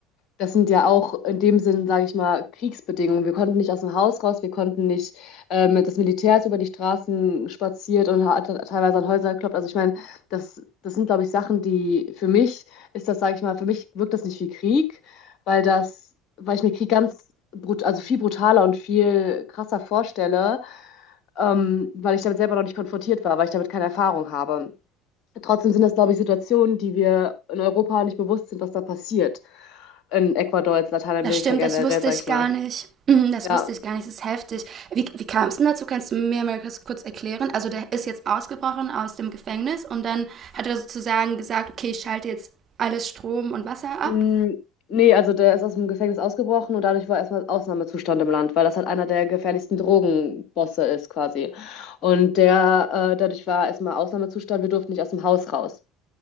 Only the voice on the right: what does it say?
Das stimmt,
das wusste
ich
gar nicht. Mhm, Das
wusste ich gar nicht, das ist heftig. Wie, wie kam es denn dazu? Kannst du mir mal kurz, kurz erklären? Also der ist jetzt ausgebrochen aus dem Gefängnis und dann hat er sozusagen gesagt, okay, ich schalte jetzt alles Strom und Wasser ab.